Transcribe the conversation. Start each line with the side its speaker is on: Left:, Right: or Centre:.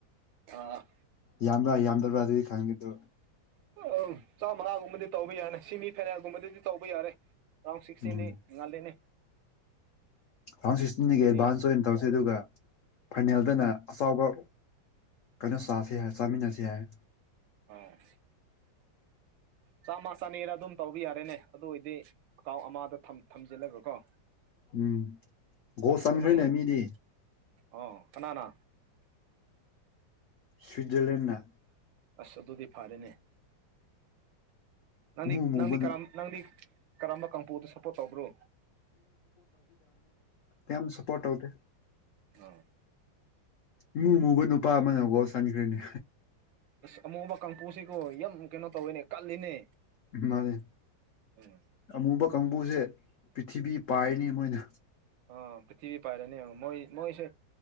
Right: ꯊꯥ
Left: ꯌꯥꯝꯕ꯭ꯔꯥ ꯌꯥꯝꯗꯕ꯭ꯔꯥ ꯑꯗꯨꯗꯤ ꯈꯪꯉꯦꯗ
Right: ꯑ ꯆꯥꯃꯉꯥꯒꯨꯝꯕꯗꯤ ꯇꯧꯕ ꯌꯥꯅꯤ ꯁꯤꯃꯤ ꯐꯥꯏꯅꯥꯏꯜꯒꯨꯝꯕꯗꯤ ꯇꯧꯕ ꯌꯥꯔꯦ ꯔꯥꯎ ꯁꯤꯛꯁꯗꯤ
Left: ꯎꯝ
Right: ꯉꯗꯅꯦ
Left: ꯇꯨ ꯊꯥꯎꯖꯟ ꯁꯤꯛꯁꯇꯤꯟꯗꯒꯤ
Right: ꯀꯩꯅꯤ
Left: ꯑꯦꯗꯚꯥꯟꯁ ꯑꯣꯏꯅ ꯇꯧꯁꯤ ꯑꯗꯨꯒ ꯐꯥꯏꯅꯦꯜꯗꯅ ꯑꯆꯕ ꯀꯩꯅꯣ ꯁꯥꯁꯤ ꯍꯥꯏ ꯁꯥꯃꯅꯁꯤ ꯍꯥꯏꯌꯦ
Right: ꯑꯝ ꯆꯥꯝꯃ ꯆꯥꯅꯤꯔ ꯑꯗꯨꯝ ꯇꯧꯕ ꯌꯥꯔꯦꯅꯦ ꯑꯗꯨ ꯑꯣꯏꯗꯤ ꯑꯦꯀꯥꯎꯟ ꯑꯃꯗ ꯊꯝꯖꯤꯜꯂꯒ ꯀꯣ
Left: ꯎꯝ ꯒꯣꯜ ꯆꯟꯈ꯭ꯔꯦꯅꯦ
Right: ꯃꯥꯏ
Left: ꯃꯤꯗꯤ
Right: ꯑ ꯀꯅꯥꯅꯥ
Left: ꯁꯨꯏꯠꯖꯔꯂꯦꯟꯅ
Right: ꯑꯁ ꯑꯗꯨꯗꯤ ꯐꯔꯦꯅꯦ ꯅꯪꯗꯤ
Left: ꯏꯃꯨ ꯃꯨꯕꯅ
Right: ꯅꯪꯗꯤ ꯀꯔꯝ ꯅꯪꯗꯤ ꯀꯔꯝꯕ ꯀꯥꯡꯝꯄꯨꯗ ꯁꯞꯄꯣꯔꯠ ꯇꯧꯕ꯭ꯔꯣ
Left: ꯌꯥꯝ ꯁꯄꯣꯠꯧꯗ
Right: ꯑꯣ
Left: ꯏꯨ ꯑꯃꯨꯕ ꯅꯨꯄꯥ ꯑꯃꯅꯒꯥꯎ ꯆꯟꯈ꯭ꯔꯦꯅꯦ
Right: ꯎꯝ ꯑꯃꯨ ꯑꯃ ꯀꯥꯡꯄꯨꯁꯤꯀꯣ ꯌꯥꯝ ꯀꯩꯅꯣ ꯇꯧꯋꯦꯅꯦ ꯀꯜꯂꯤꯅꯦ
Left: ꯃꯥꯅꯦ
Right: ꯎꯝ
Left: ꯑꯃꯨꯕꯥ ꯀꯥꯡꯕꯨꯁꯦ ꯄ꯭ꯔꯤꯊꯤꯕꯤ ꯄꯥꯏꯔꯅꯤ ꯃꯣꯏꯅ
Right: ꯑꯝ ꯄ꯭ꯔꯤꯊꯤꯕꯤ ꯄꯥꯏꯔꯅꯤ ꯃꯣꯏ ꯃꯣꯏꯁꯦ